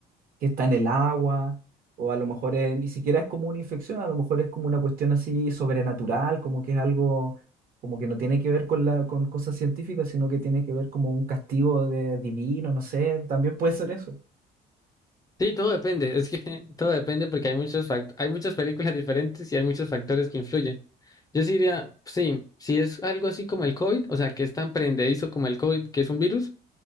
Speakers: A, on the right; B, on the left.
A: que está en el agua, o a lo mejor es- ni siquiera es como una infección, a lo mejor es como una cuestión así sobrenatural, como que es algo como que no tiene que ver con la, con cosas científicas, sino que tiene que ver como un castigo de, divino, no sé, también puede ser eso.
B: Sí, todo depende, es que <laughs> todo depende porque hay muchos fact- hay muchas películas diferentes y hay muchos factores que influyen. Yo sí diría, sí, si es algo así como el COVID, o sea, que es tan prendedizo como el COVID, que es un virus,